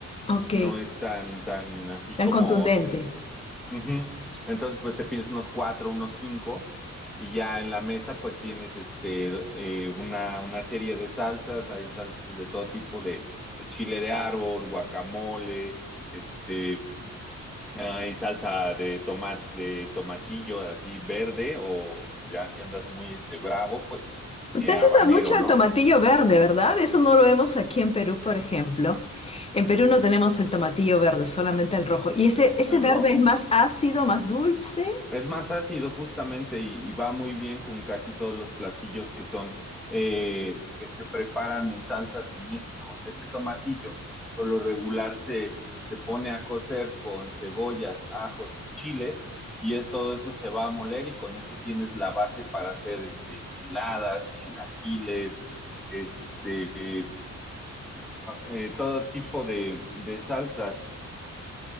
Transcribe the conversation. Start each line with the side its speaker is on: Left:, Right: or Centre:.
Left: Ok,
Centre: no es tan, tan así
Left: tan
Centre: como
Left: contundente.
Centre: en... Ujú. Entonces, pues te pides unos cuatro, unos cinco, y ya en la mesa, pues tienes este, eh, una, una serie de salsas, hay salsas de todo tipo, de, de chile de árbol, guacamole, este, hay salsa de tomate, de tomatillo así verde, o ya si andas muy este, bravo, pues
Left: Usted
Centre: eh,
Left: se
Centre: habanero,
Left: usa mucho
Centre: ¿no?
Left: el tomatillo verde, ¿verdad? Eso no lo vemos aquí en Perú, por ejemplo. En Perú no tenemos el tomatillo verde, solamente el rojo. ¿Y ese, ese
Centre: El
Left: verde
Centre: rojo.
Left: es más ácido, más dulce?
Centre: Es más ácido justamente y, y va muy bien con casi todos los platillos que son eh, que se preparan en salsas en México. Ese tomatillo por lo regular se, se pone a cocer con cebollas, ajos y chiles y es todo eso se va a moler y con eso tienes la base para hacer este, enchiladas, chilaquiles, este, eh, todo tipo de, de salsas.